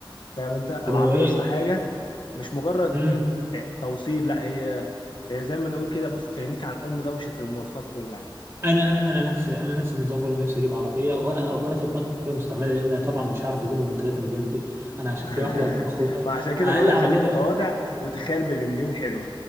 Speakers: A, on the left; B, on the right.
A: فاهم انت العربيه
B: طب هو ايه
A: يا اسطى حاجه مش مجرد
B: امم
A: آه، آه، توصيل لا هي هي زي ما نقول كده بص تغنيك عن ام دوشه المواصلات كلها
B: انا انا انا نفس انا نفس النظام برضه نفسي اجيب عربيه وانا وانا في دماغي عربيه مستعمله لان انا طبعا مش هعرف اجيبهم 3 مليون دي انا هشوف
A: <laughs>
B: لي واحده بخو...
A: ما عشان كده
B: اقل
A: بقول لك
B: عربيه
A: خليك متواضع وتخيل بالمليون حلو